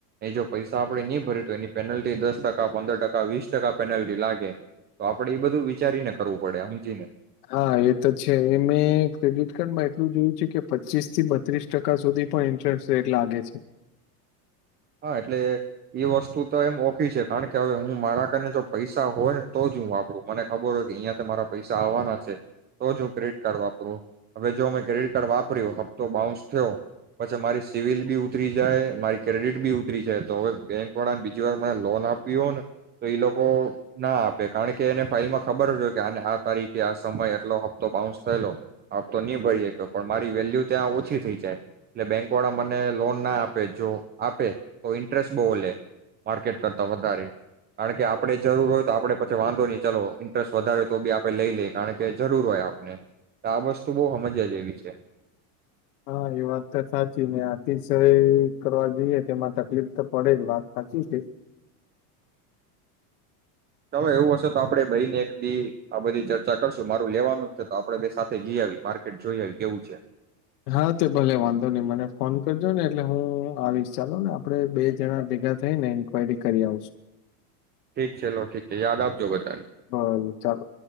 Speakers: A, on the right; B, on the left.
A: એ જો પૈસા આપણે નહી ભર્યું તો એની પેનલ્ટી દસ ટકા પંદર ટકા વીસ ટકા પેનલ્ટી લાગે તો આપડે એ બધું વિચારીને કરવું પડે હમજીને.
B: હા એ તો છે એ મેં ક્રેડિટ કાર્ડમાં એટલું જોયું છે કે પચીસ થી બત્રીસ ટકા સુધી પણ ઇન્ટરેસ્ટ રેટ લાગે છે.
A: હા એટલે એ વસ્તુ તો એમ ઓખી છે. કારણ કે હવે હું મારા કારને જો પૈસા હોયને તો જ હું વાપરું મને ખબર હોય કે અહીંયા તો મારા પૈસા આવવાના છે. તો જ હું ક્રેડિટ કાર્ડ વાપરું હવે જો મેં ક્રેડિટ કાર્ડ વાપર્યું હપ્તો બાઉન્સ થયો પછી મારી સિવિલ બી ઉતરી જાય મારી ક્રેડિટ બી ઉતરી જાય તો હવે બેંક વાળાને બીજી વાર મ લોન આપી હો ને તો એ લોકો ના આપે કારણ કે એને ફાઈલમાં ખબર જ હોય કે આ આ તારીખે આ સમય એટલો હપ્તો બાઉન્સ થયેલો હતો ન ભરી પણ મારી વેલ્યુ ત્યાં ઓછી થઈ જાય એટલે બેંક વાળા મને લોન ના આપે જો આપે તો ઇન્ટરેસ્ટ બહુ લે માર્કેટ કરતા વધારે કારણ કે આપડે જરૂર હોય તો આપડે પછી વાંધો નહી ચાલ ઇન્ટરેસ્ટ વધારે તો બી આપે લઈ લે કારણ કે જરૂર હોય આપણે આ વસ્તુ બહ હામજવા જેવી છે.
B: હા એ વાત તો સાચી ને અતિશય કરવા જોઈએ તેમાં તકલીફ તો પડે જ વાત હાચી છે.
A: ચાલો એવું હશે તો આપડે ભઈ ને એક દી આ બધી ચર્ચા કરશું મારું લેવાનું જ છે. તો આપડે બે સાથે જી આવી માર્કેટ જોઈ આવી. કેવું છે.
B: હા તે ભલે વાંધો નઈ મને ફોન કરજો ને એટલે હું આવીશ ચાલો ને આપે બે જણા ભેગા થઈ ને ન્કવાયરી કરી આવશું.
A: ઠીક છે લો ઠીક છે. યાદ આપજો બધાને.
B: ભલે ચાલો.